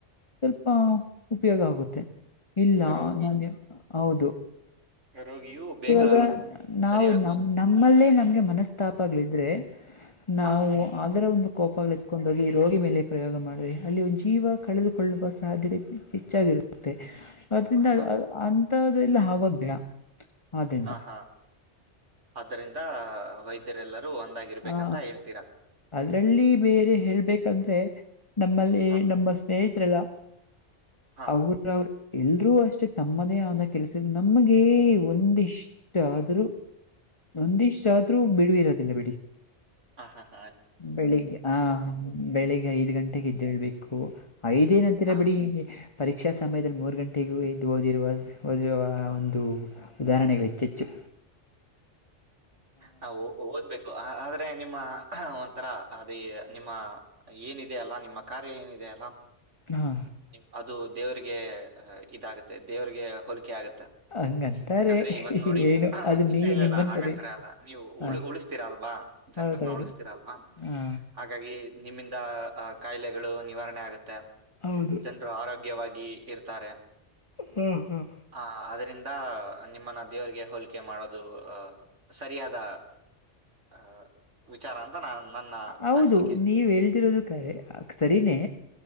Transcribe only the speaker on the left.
ಸ್ವಲ್ಪ ಉಪಯೋಗ ಆಗುತ್ತೆ ಇಲ್ಲ
ನನ್ ಹೌದು.
ಈಗ ನಾವು
ನಮ ನಮ್ಮಲ್ಲೇ ನಮ್ಗೆ ಮನಸ್ತಾಪ ಆಗ್ಲಿದ್ರೆ ನಾವು.
ಅದರ ಒಂದು ಕೋಪಗಳ ಎತ್ಕೊಂಡೋಗಿ ಈ ರೋಗಿ ಮೇಲೆ ಪ್ರಯೋಗ ಮಾಡಿದ್ರೆ ಅಲ್ಲಿ ಒಂದು ಜೀವ ಕಳೆದುಕೊಳ್ಳುವ ಸಾಧ್ಯತೆ. ಹೆಚ್ಚಾಗಿರುತ್ತೆ ಅದ್ರಂದ
ಅಂತ್ದೆಲ್ಲ ಆಗೋದು ಬೇಡ ಆದೆ.
ಆ
ಅದ್ರಲ್ಲಿ ಬೇರೆ ಹೇಳ್ಬೇಕಂದ್ರೆ ನಮ್ಮಲ್ಲಿ
ನಮ್ಮ ಸ್ನೇಹಿತರೆಲ್ಲ.
ಅವ್ರ ಅವರ ಎಲ್ರೂ ಅಷ್ಟೇ ತಮ್ಮದೇ ಆದ ಕೆಲ್ಸದ ನಮಗೆ ಒಂದಿಷ್ಟ ಇಷ್ಟ ಆದ್ರೂ ಒಂದಿಷ್ಟ ಆದ್ರೂ ಬಿಡುವ ಇರೋದಿಲ್ಲ ಬಿಡಿ
ಬೆಳಿಗ್ಗೆ ಆ ಬೆಳಿಗ್ಗೆ ಐದ್ ಗಂಟೆಗೆ ಏದೇಳ್ಬೇಕು ಐದೇನ್ ಅಂತೀರ
ಬಿಡಿ. ಪರೀಕ್ಷಾ ಸಮಯದಲ್ಲಿ ಮೂರು ಗಂಟೆಗೂ ಎದ್ದು ಓದಿರುವ ಓದಿರುವ ಒಂದು ಉದಾಹರಣೆಗೆ ಹೇಚ್ಚೆಚ್ಚು
ಹಾ
ಹಂಗಂತಾರೆ
ಏನು ಅದು ನೀ
ನಿಮ್ಮಂತಾರೆ
ಹ
ಹೌದೌದು
ಹಾ
ಹೌದು
ಹ್ಮ್ ಹ್ಮ್
ಹೌದು
ನೀವ್ ಹೇಳ್ತಿರೋದು ಖರೆ ಅದು ಸರಿನೇ